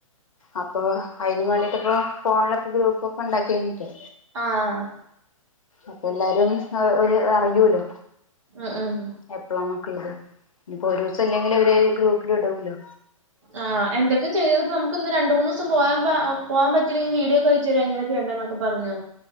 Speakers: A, on the left; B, on the right.
A: അപ്പൊ അതിന് വേണ്ടിട്ട് ഇപ്പോ ഫോണിലൊക്കെ ഗ്രൂപ്പ്‌ ഒക്കെ ഉണ്ടാക്കിണ്ടിട്ട്
B: ആഹ്
A: അപ്പ എല്ലാരും ഒരു അറിയൂല്ലോ
B: ഉം ഉം
A: എപ്ലമ്മക്കൊഴിവ് നിപ്പോ ഒരൂസല്ലെങ്കിലുവര് ഗ്രൂപ്പിലിടും ലൊ
B: ആഹ് എന്തൊക്ക ചെയ്ത്പ്പം നമുക്ക് ഇന്ന് രണ്ടു മൂന്നു ദിവസം പോയമ്പ പോവാൻ പറ്റൂലെങ്കിൽ വീഡിയോക്ക അയച്ചരാം എങ്ങനൊക്കെ എന്തന്നെക്ക പറഞ്ഞ്